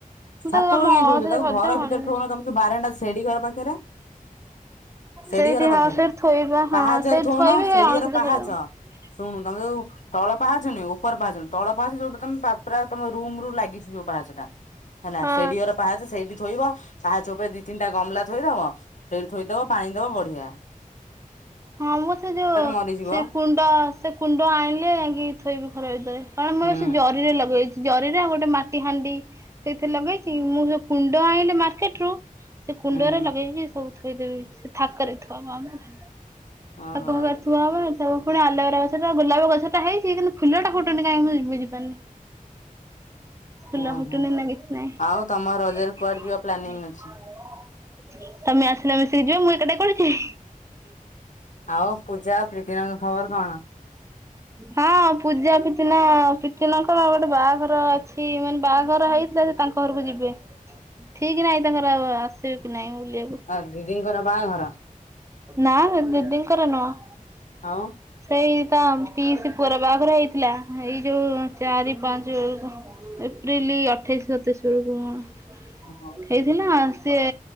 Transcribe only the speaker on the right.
ମୁଁ
ତାକୁ ଆମ
ଅଳସୀରେ
ସଜ
ହଉନି।
ସେଇଠି
ହଁ ସେଇଠି ଥୋଇବା ହଁ
ସେଇଠି
ଥୋଇବି ହେଇ
ଆଣ
ସେଠ
ସେ <unintelligible>
ହଁ
ହଁ ମୁଁ ତ ଯୋଉ
ସେ କୁଣ୍ଡ ସେ କୁଣ୍ଡ ଆଣିଲେ ଆ ଥୋଇବି ଖରା ଭିତରେ କାରଣ ମୁଁ
ସେ ଜରିରେ ଲଗେଇଛି ଜରିରେ ଗୋଟେ ମାଟି ହାଣ୍ଡି ସେଇଥିରେ ଲଗେଇଛି ମୁଁ ଯ କୁଣ୍ଡ ଆଣିଲି ମାର୍କେଟ ରୁ ସେ କୁଣ୍ଡରେ
ଲଗେଇକି ସବୁ ଥୋଇଦେବେ ସେ ଥାକରେ ଥୁଆ ଆ କରେ ଥଆ
ହବ କରି ଥବ <unintelligible> ପୁଣି ଆଲବାର ଗଛଟ ଗୋଲାପ ଗଛା ହେଇଛି କିନ୍ତୁଲଟା ଫୁନ କାହିଁ ମୁଁ ବୁଝିପାରୁନି ଖୁଲା
ହୁଟନ
ଲାଗ ନାଇଁ
<unintelligible>
ତମେ ଆସିଲା ମିଶିକି ଯିବା ମୁଁ ଏ କୁଟିକା କୁଆଡେ଼ ଯିବି।
ହଁ ପୂଜା ପିତିନା ପିତି ନଙ୍କ ଗୋଟେ ବାହାଘର ଅଛି ମାନେ ବାହାଘର ହେଇ ତାଙ୍କ ଘରକୁ ଯିବେ ଠିକ ନାଇଁ ତାଙ୍କର ଆସିବେ କି ନାଇଁ ବୁଲିବାକୁ
ନା ଦିଦିଙ୍କର ନୁହଁ
ସେଇ ତ ପେଇଶି ପୁଅ ର ବାହାଘରେ ହେଇଥିଲା ଏଇ ଯୋଉ ଚାରି ପାଞ୍ଚ ଏପ୍ରିଲ ଅଠେଇଶ ସତେଇଶ ବେଳକୁ କଣ
ହେଇଥିଲା ସିଏ